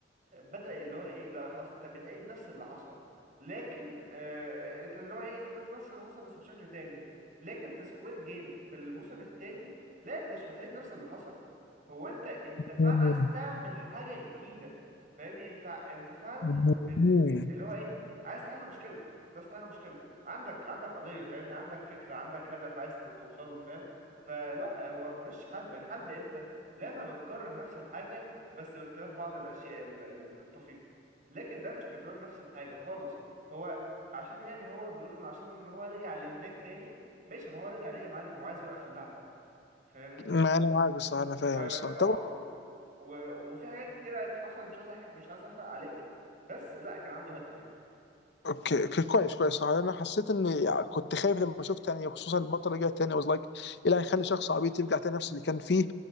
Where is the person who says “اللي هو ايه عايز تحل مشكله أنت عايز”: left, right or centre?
Right